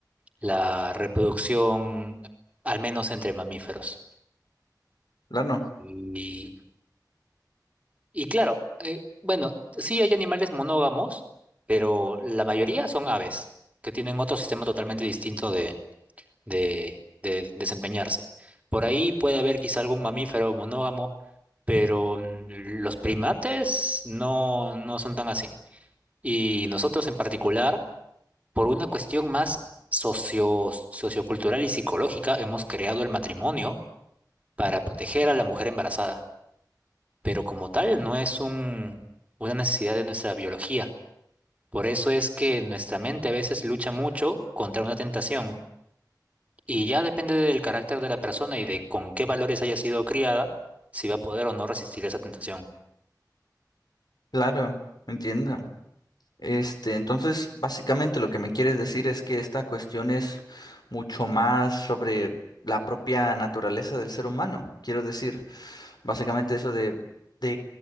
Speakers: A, on the right; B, on the left.
A: la reproducción, al menos entre mamíferos.
B: Claro,
A: Y, y claro, eh, bueno, sí hay animales monógamos, pero la mayoría son aves, que tienen otro sistema totalmente distinto de, de desempeñarse. Por ahí puede haber quizá algún mamífero monógamo, pero mm, los primates no, no son tan así. Y nosotros en particular, por una cuestión más socio, sociocultural y psicológica, hemos creado el matrimonio para proteger a la mujer embarazada. Pero como tal, no es un, una necesidad de nuestra biología. Por eso es que nuestra mente a veces lucha mucho contra una tentación Y ya depende del carácter de la persona y de con qué valores haya sido criada, si va a poder o no resistir esa tentación.
B: claro, entiendo. Este, entonces, básicamente lo que me quieres decir es que esta cuestión es mucho más sobre la propia naturaleza del ser humano. Quiero decir, básicamente eso de, de,